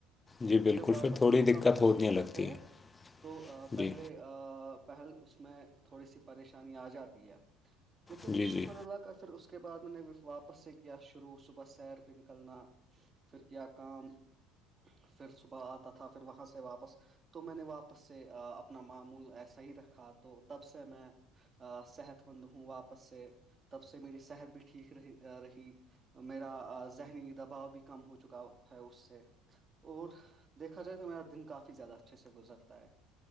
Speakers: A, on the left; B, on the right.
A: جی بالکل
B: پھر جب واپس
A: تھوڑی
B: سے وہ
A: دقت
B: کام ہم
A: ہونے
B: شروع
A: لگتی
B: کرتے ہیں
A: ہے
B: تو پہلے
A: جی
B: پہلے اس میں تھوڑی سی پریشانی آ جاتی ہے لیکن
A: جی
B: شکر
A: جی
B: اللہ کا پھر اس کے بعد میں نے واپس سے کیا شروع صبح سیر پہ نکلنا پھر کیا کام پھر صبح آتا تھا پھر وہاں سے واپس تو میں نے واپس سے اپنا معمول ایسا ہی رکھا تو تب سے میں صحت مند ہوں آپ سے تب سے میری صحت بھی ٹھیک رہی رہی میرا ذہنی دباؤ بھی کم ہو چکا ہے اس سے اور دیکھا جائے تو میرا دن کافی کافی زیادہ اچھے سے گزرتا ہے